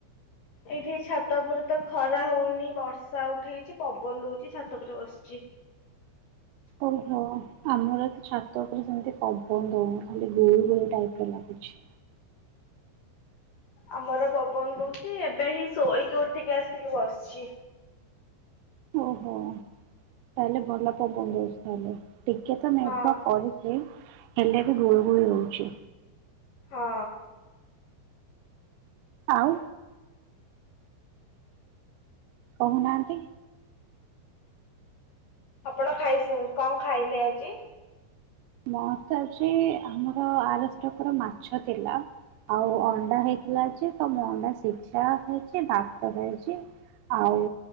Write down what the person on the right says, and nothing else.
ଓହୋ ଆମର ତ ଛାତ ଉପରେ ସେମତି ପବନ ଦଉନି ଖାଲି ଗୁଳିୁ ଗୁଳି ଟାଇପ ଲାଗୁଛି।
ଓହୋ ତାହେଲେ ଭଲ ପବନ ଦଉଚି ତାହେଲେ। ଟିକେ ତ ମେଘୁଆ
କରିଛି। ହେଲେ ବି ଗୁଳୁ ଗୁଳି ହଉଛି।
ଆଉ କହୁନାହାନ୍ତି।
ମୋର ତ ଆଜି ଆମର ଆରଥରକର ମାଛ ଥିଲା ଆଉ ଅଣ୍ଡା ହେଇଥିଲା ଆଜି ତ ମୁ ଅଣ୍ଡା ସିଝା ହେଇଛି ଭାତ ହେଇଛି। ଆଉ